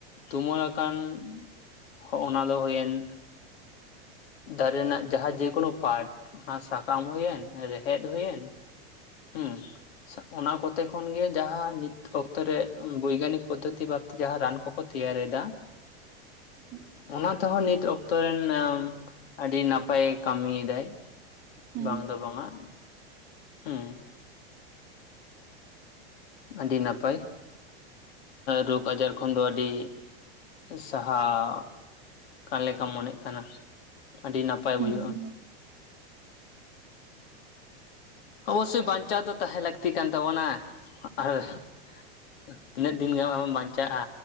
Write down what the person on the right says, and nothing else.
ᱦᱮᱸ
ᱦᱮᱸ
ᱦᱮᱸ